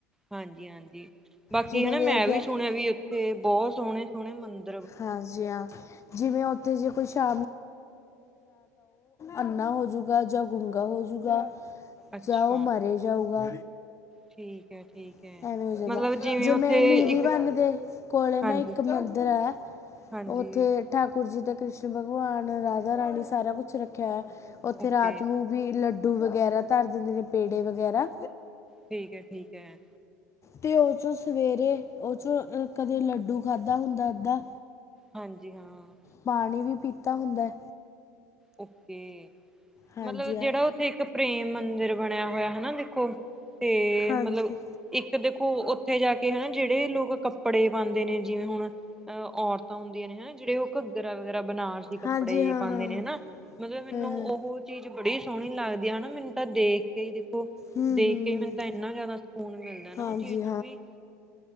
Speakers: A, in the centre; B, on the left.
A: ਹਾਂਜੀ- ਹਾਂਜੀ ਬਾਕੀ
B: ਜਿਵੇਂ
A: ਹਨਾ
B: ਕਿ
A: ਮੈਂ
B: ਕਿ
A: ਵੀ ਸੁਣਿਆ ਵੀ ਉਥੇ ਬਹੁਤ ਸੋਹਣੇ- ਸੋਹਣੇ ਮੰਦਿ
B: ਹਾਂਜੀ ਹਾਂ ਜਿਵੇਂ ਉਥੇ ਜੇ ਕੁਛ <unintelligible> ਅੰਨਾ ਹੋ ਜੂਗਾ ਜਾਂ ਗੁੰਗਾ ਹੋ ਜੂਗਾ
A: ਅੱਛਾ
B: ਜਾਂ ਓਹ ਮਰ ਜਾਊਗਾ।
A: ਠੀਕ ਹੈ ਠੀਕ
B: <unintelligible>
A: ਹੈ ਮਤਲਬ ਜਿਵੇਂ
B: ਜ
A: ਉੱਥੇ
B: ਮੈਂ ਨੀਵੀ
A: ਇੱਕ
B: ਬੰਨ ਦੇ ਕੋਲੇ ਨਾ
A: ਹਾਂਜੀ
B: ਇੱਕ ਮੰਦਰ ਐ।
A: ਹਾਂਜੀ
B: ਉੱਥੇ ਠਾਕੁਰ ਜੀ ਦਾ ਕ੍ਰਿਸ਼ਨ ਭਗਵਾਨ ਰਾਜਾ ਰਾਣੀ ਸਾਰਾ ਕੁਝ ਰੱਖਿਆ ਉੱਥੇ
A: ਓਕੇ
B: ਰਾਤ ਨੂੰ ਵੀ ਲੱਡੂ ਡੂ ਵਗੈਰਾ ਧਰ ਦਿੰਦੇ ਨੇ ਪੇੜੇ ਵਗੈਰਾ
A: ਠੀਕ ਹੈ- ਠੀਕ ਹੈ।
B: ਤੇ ਉਸ ਸਵੇਰੇ ਉਸ ਕਦੇ ਲੱਡੂ ਖਾਦਾ ਹੁੰਦਾ ਉਦਾਂ
A: ਹਾਂਜੀ ਹਾਂ।
B: ਪਾਣੀ ਵੀ ਪੀਤਾ ਹੁੰਦਾ ਐ।
A: ਓਕੇ
B: ਹਾਂਜੀ
A: ਮਤਲਬ
B: ਹਾਂ
A: ਜਿਹੜਾ ਉੱਥੇ ਇੱਕ ਪ੍ਰੇਮ ਮੰਦਿਰ ਬਣਿਆ ਹੋਇਆ ਹਨਾ ਦੇਖੋ ਤੇ
B: ਹਾਂਜੀ
A: ਮਤਲਬ ਇੱਕ ਦੇ ਉਹ ਉੱਥੇ ਜਾ ਕੇ ਹਨਾ ਜਿਹੜੇ ਲੋਕ ਕੱਪੜੇ ਪਾਦੇ ਨੇ ਜਿਵੇਂ ਹੁਣ ਅ ਔਰਤਾਂ ਹੁੰਦੀਆਂ ਨੇ ਹਨਾ। ਜਿਹੜੇ ਉਹ ਘੱਗਰਾ ਵਗੈਰਾ ਬਣਾਰ ਸੀ ਕੱਪੜੇ
B: ਹਾਂਜੀ ਹਾਂ
A: ਪਾਦੇ
B: ਹਾਂ
A: ਨੇ ਹਨਾ ਮਤਲਬ
B: ਹਾਂ
A: ਮੈਨੂੰ
B: ਹਾਂ ਹਾਂ
A: ਉਹ ਚੀਜ਼ ਬੜੀ ਸੋਹਣੀ ਲੱਗਦੀ ਆ ਹਨਾ ਮੈਨੂੰ ਤਾਂ ਦੇਖ ਕੇ ਈ ਦੇਖ ਕੋ
B: ਹੂੰ
A: ਦੇਖ
B: ਹੂੰ
A: ਕੇ ਮੈਨੂੰ ਤਾਂ ਇੰਨਾ ਜ਼ਿਆਦਾ ਸਕੂਨ ਮਿਲਦਾ ਨਾ
B: ਹਾਂਜੀ
A: ਉਹ ਚੀਜ਼ ਨੂੰ ਵੀ